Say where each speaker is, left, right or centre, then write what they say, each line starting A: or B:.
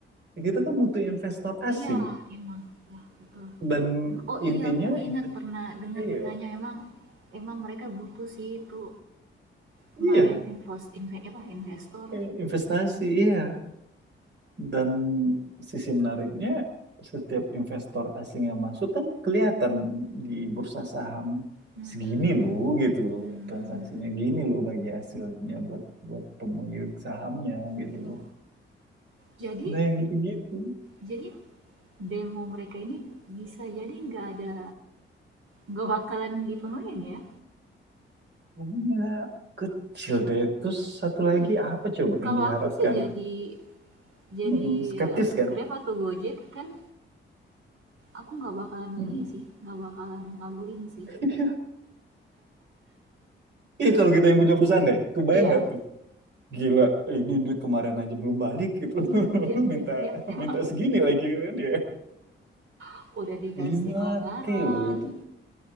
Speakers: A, on the right (about 60°); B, on the right (about 80°).
A: kita kan butuh investor asing.
B: iya emang, ya betul.
A: Dan
B: Oh
A: intinya
B: iya aku ingat
A: investasi
B: pernah dengar ditanya
A: ya
B: emang emang mereka butuh sih itu
A: iya,
B: kemarin invest inve apa, investor.
A: i- investasi iya. Dan sisi menariknya setiap investor asing yang masuk kan kelihatan di bursa saham
B: hmm
A: segini loh gitu loh
B: mmm,
A: transaksinya gini loh bagi hasilnya buat buat pemilik sahamnya gitu
B: iya.
A: loh.
B: Jadi
A: Nah yang gitu-gitu.
B: Jadi demo mereka ini bisa jadi nggak ada nggak bakalan dipenuhin ya?
A: Iya, kecil deh. Terus satu lagi
B: Iya.
A: apa coba
B: Kalau
A: yang diharapkan?
B: aku sih jadi jadi
A: Mm-mm, skeptis
B: ya,
A: kan?
B: Grab atau Gojek kan aku nggak bakalan
A: Mm.
B: ini sih, nggak bakalan ngabulin sih.
A: <laughs> Iya kalau kita yang punya perusahaan deh, kebayang
B: Iya,
A: nggak tuh? Gila, ini duit kemarin aja belum balik gitu.
B: iya,
A: <laughs>
B: iya,
A: Lu
B: iya,
A: minta
B: iya, emang
A: minta segini lagi gitu kan ya.
B: <laughs> udah dikasih
A: Lima
B: kelonggaran.
A: t loh itu.